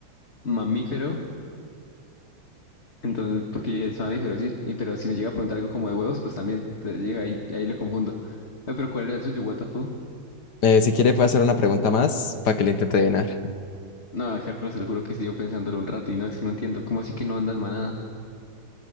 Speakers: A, on the left; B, on the left.
A: mamífero. Entonces, porque yo dije, es mamífero, sí. Y, pero si me llega a preguntar algo como de huevos, pues también. Entonces, llega ahí, ahí lo confundo. Ay, pero ¿cuál era el suyo? What the fuck?
B: Eh, si quiere, puede hacer una pregunta más para que le intente adivinar.
A: No, Carlos, te lo juro que estuve pensándolo un rato y no, es que no entiendo. ¿Cómo así que no andas manada?